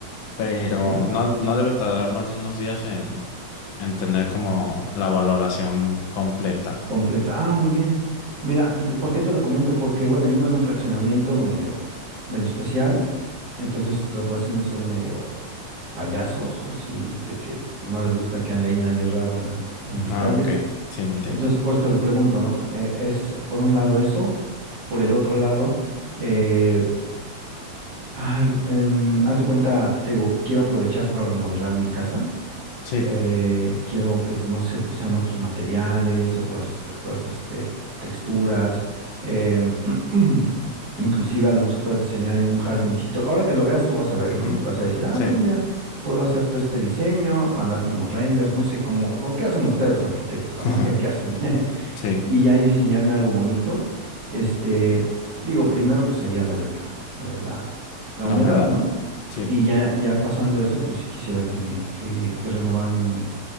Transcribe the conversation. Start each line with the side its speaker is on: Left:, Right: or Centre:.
Left: pero
Right: Ok.
Left: no, no debe tardar más de unos días en, en tener como la valoración completa.
Right: Completa. Ah, muy bien. Mira, bl- ¿por qué te lo comento? Porque, bueno, yo vivo en un fraccionamiento medio, medio especial. Entonces, los vecinos son medio payasos, así de que pues, no les gusta que ande ahí nadie raro en la- en las
Left: Ah,
Right: calles.
Left: ok, sí, entiendo.
Right: Entonces, por eso te lo pregunto, ¿no? Eh, es, por un lado eso, por el otro lado. eh, Ay, em, haz de cuenta, te digo, quiero aprovechar para remodelar mi casa.
Left: Sí,
Right: eh, quiero que, no sé, le pusieran otros materiales, otras, otras, este, texturas. em, <clears throat> inclusive a lo mejor se puedes diseñar en un jardincito. Ahora que lo veas, tú vas a ver,
Left: ujú,
Right: ¿no? Y vas a decir, ah,
Left: sí,
Right: bueno, mira, puedo hacer todo este diseño, mandarle unos renders, no sé, como lo que hacen ustedes los arquitectos, la
Left: <laughs>
Right: magia que hacen. <laughs>
Left: sí,
Right: y ahí diseñarme algo bonito. Este, digo, primero pues sería lo de la, lo de la, la
Left: la
Right: humedad,
Left: humedad,
Right: ¿no?
Left: sí,
Right: Y ya, ya pasando eso, pues sí quisiera que me, que, que renovaran mi,